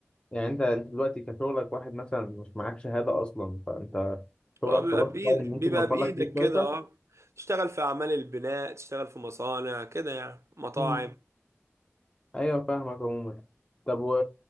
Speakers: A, on the left (about 20°); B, on the right (about 80°).
A: يعني انت انت دلوقتي كشغلك واحد مثلا مش معاك شهاده اصلا فانت شغلك
B: هو بيبقى
A: كبارت
B: بإيد
A: تايم ممكن
B: بيبقى
A: يوفر
B: بإيدك
A: لك فلوس
B: كده
A: كويسه
B: اه تشتغل في أعمال البناء تشتغل في مصانع كده يعني مطاعم
A: مم. ايوه فاهمك عموما طب و...